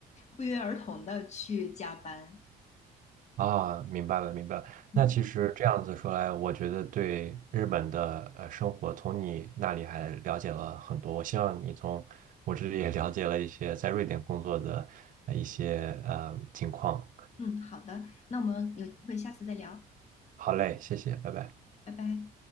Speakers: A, on the left (about 40°); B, on the right (about 50°).
A: 不约而同的去加班。
B: 啊，明白了，明白了。
A: 嗯
B: 那其实这样子说来，我觉得对日本的呃生活，从你那里还了解了很多。我希望你从我这里也了解了一些在瑞典工作的呃一些呃情况。
A: 嗯，好的，那我们有机会下次再聊，
B: 好嘞，谢谢，拜拜。
A: 拜拜。